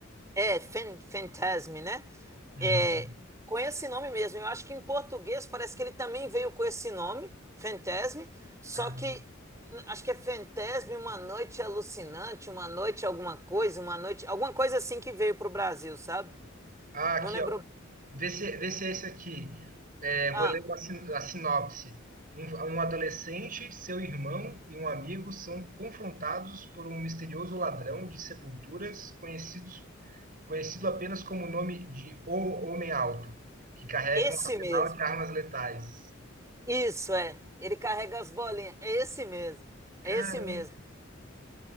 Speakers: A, on the right; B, on the right.
A: É, Fan- Fantasm, né?
B: Uhum.
A: É, com esse nome mesmo. Eu acho que em português parece que ele também veio com esse nome, Fantasm, só
B: Ah,
A: que n- acho que é Fantasm, uma noite alucinante, uma noite alguma coisa, uma noite, alguma coisa assim que veio pro Brasil, sabe?
B: Ah, aqui,
A: Não lembro.
B: ó.
A: bem.
B: Vê se, vê se é esse aqui. É, vou
A: Ah,
B: ler uma sin- a sinopse. Um, um adolescente, seu irmão e um amigo são confrontados por um misterioso ladrão de sepulturas conhecidos, conhecido apenas como o nome de O Homem Alto, que carrega
A: esse
B: um arsenal
A: mesmo.
B: de armas letais.
A: Isso é. Ele carrega as bolinhas. É esse mesmo.
B: Caramba,
A: É esse mesmo.